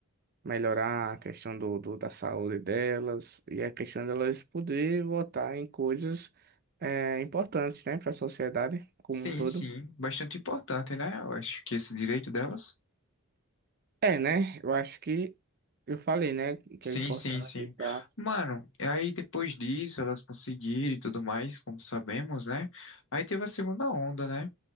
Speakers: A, on the right; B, on the left.
A: melhorar a questão do, do- da saúde delas e a questão delas poder votar em coisas eh, importantes, né, para a sociedade como
B: Sim,
A: um todo.
B: sim. Bastante importante, né? Eu acho que esse direito delas.
A: É, né? Eu acho que eu falei, né, que
B: Sim,
A: é importante
B: sim, sim.
A: e tal.
B: Mano, e aí depois disso elas conseguiram e tudo mais, como sabemos, né? Aí teve a segunda onda, né?